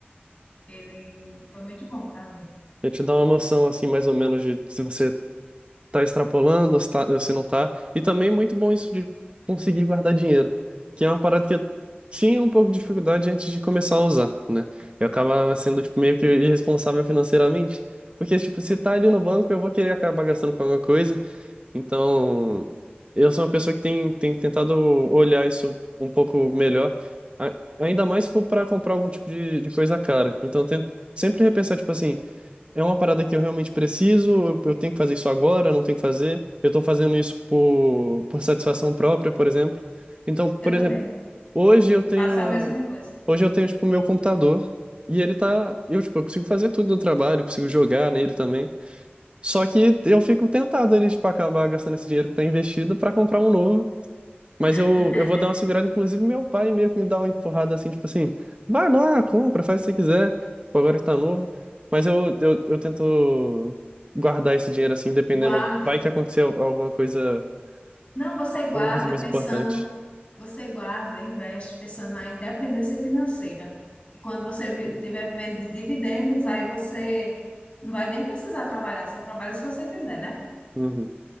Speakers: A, on the left; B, on the right.
A: ele foi muito bom para mim.
B: Pra te dar uma noção, assim, mais ou menos, de se você tá extrapolando, se, tá, se não tá. E também muito bom isso de conseguir guardar dinheiro, que é uma parada que eu tinha um pouco de dificuldade antes de começar a usar, né? Eu acabava sendo, tipo, meio que irresponsável financeiramente, porque, tipo, se tá ali no banco, eu vou querer acabar gastando com alguma coisa. Então, eu sou uma pessoa que tem, tem tentado olhar isso um pouco melhor, a- ainda mais se for para comprar algum tipo de, de coisa cara. Então, eu tento sempre repensar, tipo assim. é uma parada que eu realmente preciso, eu eu tenho que fazer isso agora, eu não tenho que fazer, eu tô fazendo isso por, por satisfação própria, por exemplo. Então, por
A: Eu também
B: exemplo, hoje eu tenho,
A: faço a mesma coisa.
B: hoje eu tenho, tipo, o meu computador e ele tá, eu, tipo, eu consigo fazer tudo do trabalho, eu consigo jogar nele também. Só que eu fico tentado ali, tipo, acabar gastando esse dinheiro que tá investido para comprar um novo mas
A: <laughs>
B: eu, eu vou dar uma segurada, inclusive meu pai meio que me dá uma empurrada assim, tipo assim, vai lá, compra, faz o que você quiser, tipo, agora que tá novo. Mas eu, eu, eu tento guardar esse dinheiro assim, dependendo,
A: Guarde.
B: vai que acontecer alguma coisa,
A: Não, você
B: alguma
A: guarda
B: coisa mais
A: pensando,
B: importante.
A: você guarda, investe pensando na independência financeira. E quando você vi- tiver vivendo de dividendos, aí você não vai nem precisar trabalhar, só trabalha se você quiser, né?
B: Uhum,